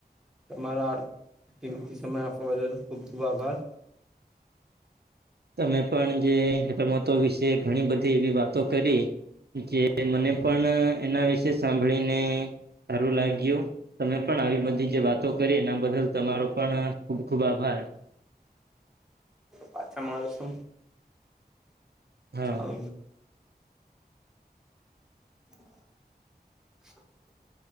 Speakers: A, in the centre; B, on the right.
A: તમારા કિંમતી સમય આપવા બદલ ખુબ ખુબ આભાર
B: તમે પણ જે રમતો વિશે ઘણી બધી એવી વાતો કરી જે મને પણ એના વિશે સાંભળીને સારું લાગ્યું તમે પણ આવી બધી જે વાતો કરી એના બદલ તમારો પણ ખૂબ ખુબ આભાર
A: પાછા મારે શું
B: હા
A: ચાલ <inaudible>